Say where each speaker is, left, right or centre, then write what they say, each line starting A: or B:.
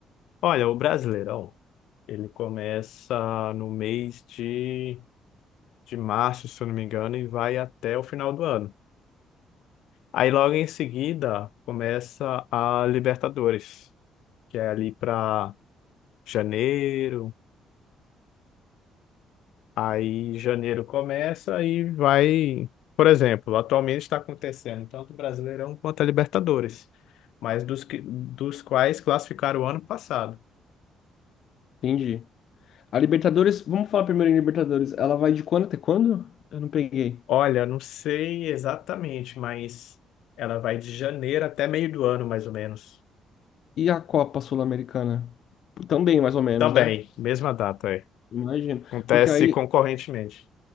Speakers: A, on the left; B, on the left.
A: Olha, o Brasileirão ele começa no mês de, de março, se eu não me engano, e vai até o final do ano. Aí logo em seguida começa a Libertadores, que é ali para janeiro. Aí janeiro começa e vai, por exemplo, atualmente está acontecendo tanto o Brasileirão quanto a Libertadores, mas dos, que- dos quais classificaram o ano passado.
B: Entendi. A Libertadores, vamos falar primeiro em Libertadores. Ela vai de quando até quando? Eu não peguei.
A: Olha, não sei exatamente, mas ela vai de janeiro até meio do ano, mais ou menos.
B: E a Copa Sul-Americana? Também, mais ou menos,
A: Também,
B: né?
A: mesma data, é.
B: Imagino.
A: Acontece
B: Porque aí
A: concorrentemente,